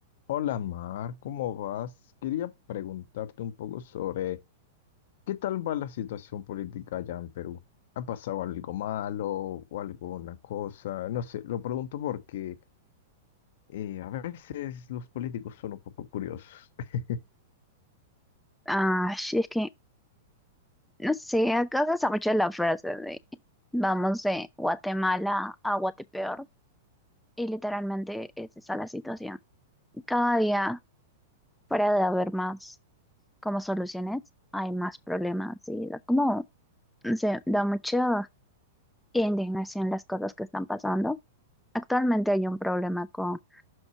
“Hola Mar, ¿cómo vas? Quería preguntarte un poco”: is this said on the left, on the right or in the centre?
Left